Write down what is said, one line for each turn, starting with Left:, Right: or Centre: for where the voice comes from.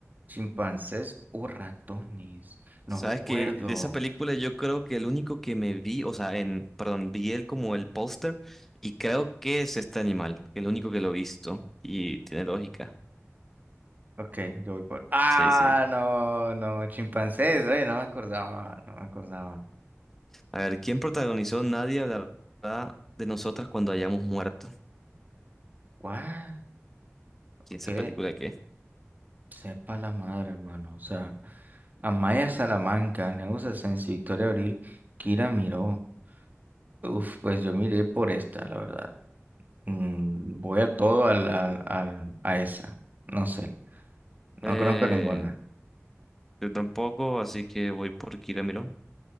Right: chimpancés o ratones. No
Centre: Sabes
Right: recuerdo.
Centre: que de esa película yo creo que el único que me vi, o sea, en, perdón, vi él como el póster y creo que es este animal, el único que lo he visto y tiene lógica.
Right: Ok, yo voy por... Ah,
Centre: Sí, sí.
Right: no, no, chimpancés. Oye, no me acordaba, no me acordaba.
Centre: A ver, ¿quién protagonizó Nadie hablará de nosotras cuando hayamos muerto?
Right: What?
Centre: ¿Quién
Right: Ok.
Centre: esa película qué?
Right: Sepa la madre, hermano. O sea, Amaya Salamanca, Neusa Asensio, Victoria Abril, Kira Miró. Uf, pues yo miré por esta, la verdad. Mm, voy a todo al, al, al- a esa. No sé, no
Centre: Eh,
Right: conozco ninguna.
Centre: Yo tampoco, así que voy por Kiramiro.